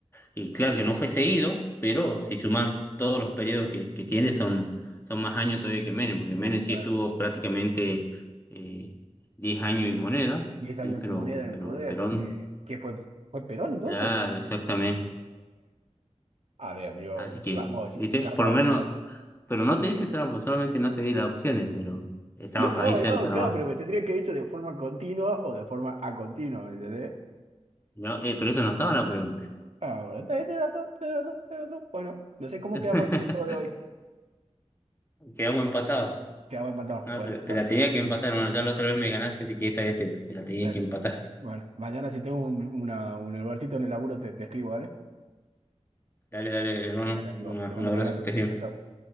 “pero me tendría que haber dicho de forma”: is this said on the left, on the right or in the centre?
Right